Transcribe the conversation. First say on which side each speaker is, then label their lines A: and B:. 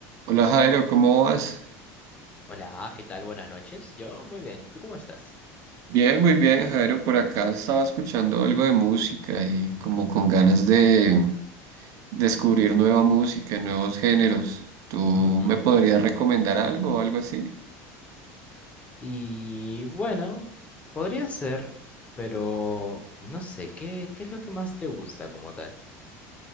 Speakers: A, on the right; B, on the left.
A: Hola Jairo, ¿cómo vas?
B: Hola, ¿qué tal? Buenas noches. Yo muy bien. ¿Tú cómo estás?
A: Bien, muy bien Jairo, por acá estaba escuchando algo de música y como con ganas de descubrir nueva música, nuevos géneros. ¿Tú
B: Mm,
A: me podrías recomendar algo o algo así?
B: Y bueno, podría ser, pero no sé, ¿qué, qué es lo que más te gusta como tal?